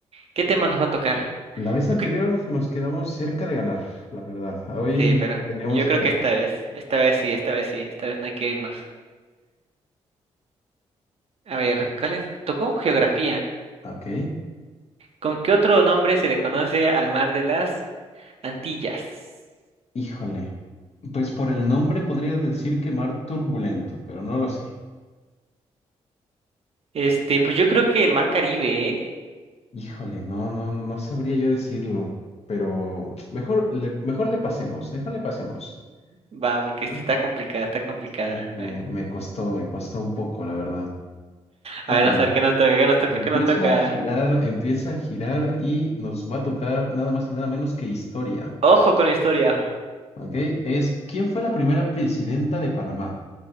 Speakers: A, on the right (about 50°); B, on the left (about 50°).
A: qué tema nos va a tocar.
B: La vez
A: Yo
B: anterior
A: creo-
B: nos quedamos cerca de ganar, la verdad. Hoy
A: Sí, pero
B: tenemos
A: yo
B: que
A: creo
B: ganar.
A: que esta vez, esta vez sí, esta vez sí, esta vez no hay que irnos. A ver, ¿cuál es? Tocó geografía.
B: Ok.
A: ¿Con qué otro nombre se le conoce al mar de las Antillas?
B: Híjole. Pues por el nombre podría decir que mar turbulento, pero no lo sé.
A: Este, pues yo creo que el mar Caribe, ¿eh?
B: Híjole, no, no, no sabría yo decirlo, pero mejor le, mejor le pasemos, mejor le pasemos.
A: Va, porque
B: ¿va?
A: esta está complicada, está complicada.
B: Sí, me,
A: A ver,
B: me costó, me costó un poco, la verdad. Ok,
A: a ver, vamos a ver qué nos toca, qué nos toca,
B: empieza
A: qué nos toca.
B: a girar, empieza a girar y nos va a tocar nada más y nada menos que historia.
A: Ojo con la historia.
B: Ok, es ¿quién fue la primera presidenta de Panamá?